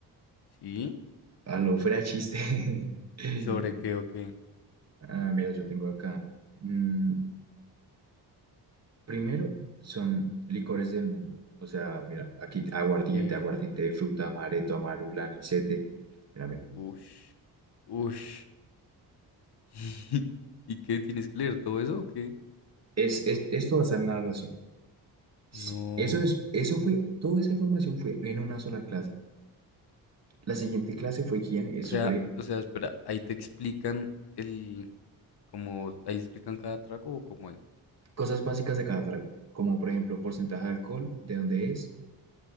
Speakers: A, on the left; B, on the right.
A: ¿Sí?
B: A lo fuera de chiste. <laughs>
A: ¿Y sobre qué o qué?
B: Ah, mira, yo tengo acá. mm, Primero son licores del mundo. O sea, mira, aquí aguardiente,
A: Sí.
B: aguardiente de fruta, amaretto, amarula, anisete. Mira, mira.
A: Ush. Ush. <laughs> ¿Y qué? ¿Tienes que leer todo eso o qué?
B: Es, es, esto va a estar en la evaluación. S-
A: No.
B: Eso es, eso fue, toda esa información fue en una sola clase. La siguiente clase fue higiene, eso
A: O sea,
B: es breve.
A: o sea, espera, ahí te explican el, como, ahí explican cada trago o cómo es.
B: Cosas básicas de cada trago, como por ejemplo porcentaje de alcohol, de dónde es